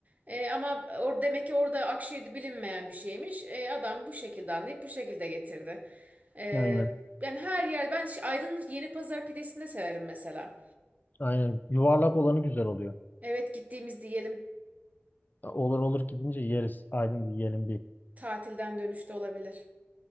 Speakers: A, on the right; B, on the left.
A: Ee, ama or demek ki orada Akşehir'de bilinmeyen bir şeymiş. Ee, adam bu şekilde anlayıp bu şekilde getirdi. Ee,
B: Aynen
A: yani her yer ben şi- Aydın'ın Yeni Pazar pidesini de severim mesela.
B: aynen yuvarlak olanı güzel oluyor.
A: Evet gittiğimiz diyelim.
B: Olur olur gidince yeriz. Aydın bir yiyelim bir
A: Tatilden dönüşte olabilir.